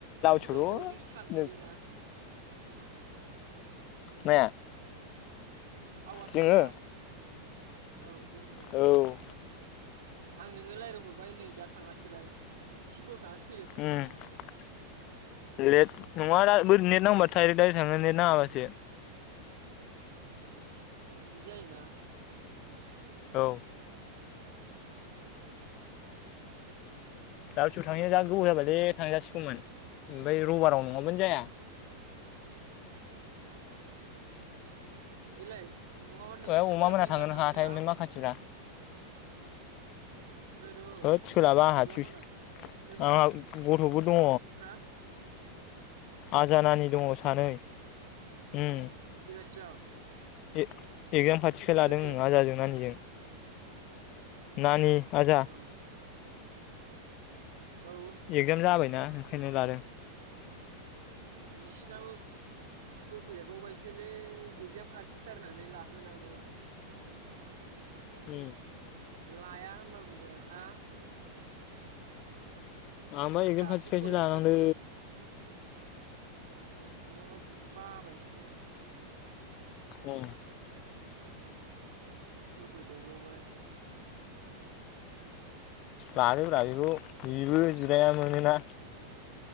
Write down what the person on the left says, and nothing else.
सौल'
माया?
जोङो
औ
उम
लेट नङा दा बो नेट नांबाथाय दायरेख थाङो नेट नांङाबासो।
औ।
लालसु थाङैया‌ जा‌ गोबाव जाबायलै थांजासिगौमोन ओमफ्राय रबाराव नङाबानो जाया।
ए
अमा मोना थांगोन
हाथाय
ओमफ्राय माखासेफ्रा
होद सोलाबा आंहा
टिउस
आंहा गथ'बो दङ
आजा नानि दङ सानै। उम।
एग एगजाम खाथिखाय लादों
ओं आजाजों नानिजों। नानि आजा
एगजाम जाबाय। ना ओंखायनो लादों।
उम।
आंबा एगजाम
खाथिखायसो
लानांदों।
औ।
लादोब्रा बेखौ बेबो जिराया मोनोना।